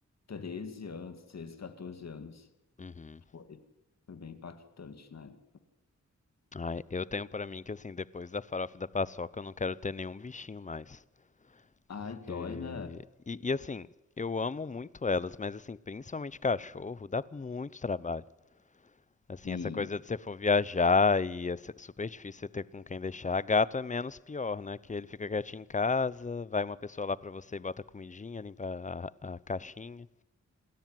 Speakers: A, on the left; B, on the left.
A: 13 anos, 13, 14 anos.
B: Uhum.
A: Foi, foi bem impactante, né?
B: Ai, eu tenho pra mim que assim, depois da farofa e da paçoca, eu não quero ter nenhum bichinho mais.
A: Ai,
B: Porque.
A: dói, né?
B: E, e, assim, eu amo muito elas, mas assim, principalmente cachorro, dá muito trabalho. Assim,
A: Sim.
B: essa coisa de você for viajar e é se- super difícil você ter com quem deixar. Gato é menos pior, né? Que ele fica quietinho em casa, vai uma pessoa lá pra você e bota a comidinha, limpa a, a caixinha.